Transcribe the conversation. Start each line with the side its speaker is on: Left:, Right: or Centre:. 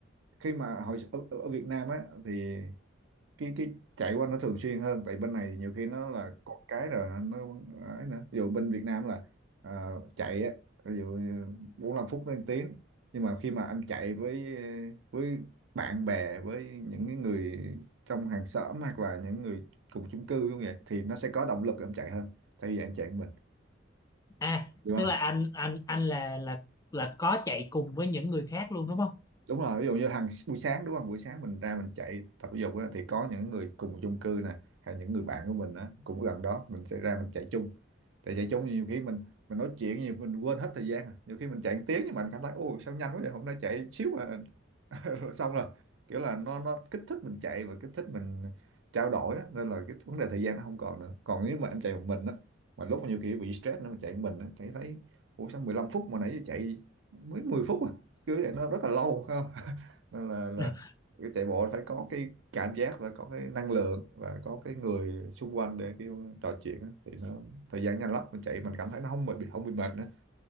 Right: khi mà hồi ở, ở ở Việt Nam á thì cái cái chạy qua nó thường xuyên hơn tại bên này thì nhiều khi nó là con cái rồi nó nó ấy nữa ví dụ bên Việt Nam là ờ, chạy á ví dụ như 45 phút đến 1 tiếng nhưng mà khi mà em chạy với với bạn bè với những cái người trong hàng xóm hoặc là những người cùng chung cư cũng vậy thì nó sẽ có động lực em chạy hơn thay vì em chạy một mình
Left: à
Right: đúng
Left: tức là anh anh anh là là là có chạy cùng với những người khác luôn đúng không
Right: đúng rồi ví dụ như hàng buổi sáng đúng không buổi sáng mình ra mình chạy tập thể dục á, thì có những người cùng chung cư nè hay những người bạn của mình á, cũng gần đó mình sẽ ra mình chạy chung tại chạy chung nhiều khi mình mình nói chuyện nhiều mình quên hết thời gian à. nhiều khi mình chạy một tiếng nhưng mà mình cảm thấy ô sao nhanh quá vậy hôm nay chạy xíu mà <laughs> xong rồi kiểu là nó nó kích thích mình chạy và kích thích mình trao đổi á. nên là cái vấn đề thời gian nó không còn nữa còn nếu mà em chạy một mình á mà lúc mà nhiều khi bị stress nó chạy một mình á chạy thấy ủa sao 15 phút mà nãy giờ chạy mới 10 phút à kiểu vậy nó rất là lâu phải không <laughs> nên là là
Left: <laughs>
Right: cái chạy bộ phải có cái cảm giác và có cái năng lượng và có cái người xung quanh để kiểu trò chuyện á. thì nó thời gian nhanh lắm mình chạy mình cảm thấy nó không bị không bị mệt nữa